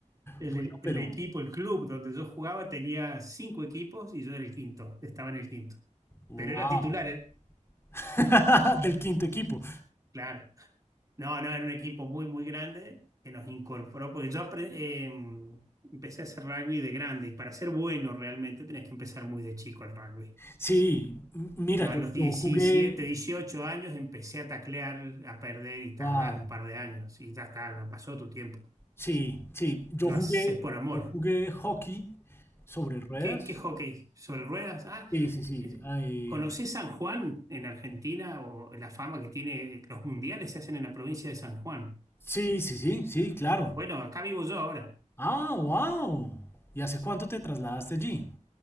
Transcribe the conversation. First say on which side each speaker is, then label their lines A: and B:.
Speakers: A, on the right; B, on the left.
A: El,
B: Bueno,
A: el
B: pero
A: equipo, el club donde yo jugaba tenía cinco equipos y yo era el quinto, estaba en el quinto.
B: wow.
A: Pero era titular, ¿eh?
B: <laughs> Del quinto equipo.
A: Claro. No, no, era un equipo muy, muy grande que nos incorporó, porque yo apre- eh, empecé a hacer rugby de grande y para ser bueno realmente tenés que empezar muy de chico el rugby.
B: Sí, m- mira,
A: Yo
B: yo,
A: a los
B: yo
A: 17,
B: jugué,
A: 18 años empecé a taclear, a perder y tardás
B: wow,
A: un par de años y ya está, ya pasó tu tiempo.
B: sí, sí, yo
A: Lo
B: jugué,
A: haces por amor.
B: yo jugué hockey sobre ruedas.
A: ¿Qué, qué hockey? ¿Sobre ruedas? Ah,
B: Sí, sí, sí,
A: es-
B: ay,
A: ¿conocés San Juan en Argentina o la fama que tiene? Los mundiales se hacen en la provincia de San Juan.
B: sí, sí, sí, sí, claro.
A: Bueno, acá vivo yo ahora.
B: Ah, wow. ¿Y hace cuánto te trasladaste allí?